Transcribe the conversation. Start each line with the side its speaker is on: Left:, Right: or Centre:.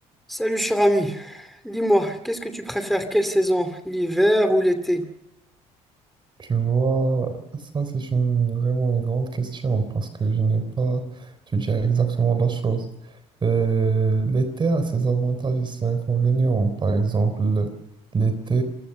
Centre: Salut cher ami, dis-moi, qu'est-ce que tu préfères, quelle saison, l'hiver ou l'été?
Right: Tu vois, ça c'est une, vraiment une grande question parce que je n'ai pas, je dirais exactement la chose. Euh, l'été a ses avantages et ses inconvénients. Par exemple, l'été,